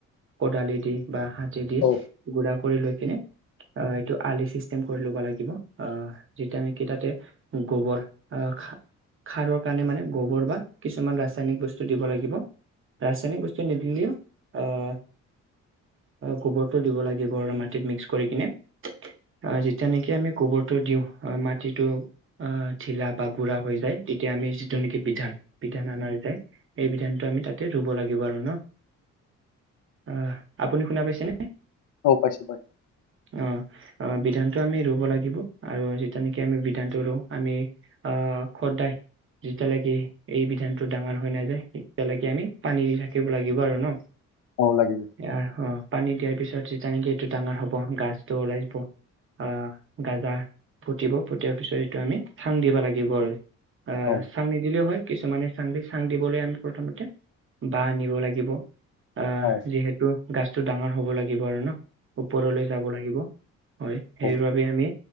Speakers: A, on the right (about 45°); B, on the left (about 75°).
A: কদালি দি বা হাতী দি
B: অ
A: গুড়া কৰি লৈ কিনে আহ এইটো আলি চিষ্টেম কৰি ল'ব লাগিব আহ যেতিয়া নেকি তাতে গোবৰ আহ খা- খাৰৰ কাৰণে মানে গোবৰ বা কিছুমান ৰাসায়নিক বস্তু দিব লাগিব। ৰাসায়নিক বস্ত- তি নিদিলিও আহ গোবৰটো দিব লাগিব আৰু মাটিত মিক্স কৰি কিনে। অ যেতিয়া নেকি আমি গোবৰটো দিওঁ। হয় মাটিটো, অ, ঢিলা বা গুৰা হৈ যায় তেতিয়া আমি যিটো নেকি পিঠান, পিঠান আমাৰ তে এই বিধানটো আমি তাতে ৰুব লাগিব আৰু ন' অ, আপুনি শুনা পাইছেনে?
B: অ', পাইছোঁ পাই <inaudible>
A: অ অ', বিধানটো আমি ৰুব লাগিব, আৰু যিতিয়া নেকি আমি বিধানটো ৰুওঁ, আমি, আহ খৰদাই যেতিয়ালৈকে এই বিধানটো ডাঙৰ হৈ নাযায়, এতিয়ালৈকে আমি পানী দি থাকিব লাগিব আৰু ন'?
B: অ লাগিব
A: <unintelligible> পানী দিয়াৰ পিছত যেতিয়া নেকি এইটো ডাঙৰ হ <unintelligible> গাছটো ওলাই যাব। আহ গাজা ফুটিব ফুটিয়াৰ পিছত এইটো আমি চাং দিব লাগিব আৰু আহ
B: অ
A: চাংনি দিলেও হয়। কিছুমানে চাং দি চাং দিবলৈ আমি প্ৰথমতে বাহ আনিব লাগিব। আহ
B: অ
A: যিহেতু গাছটো ডাঙৰ হ'ব লাগিব আৰু ন ওপৰলৈ যাব লাগিব হয় সেইবাবে
B: অ
A: আমি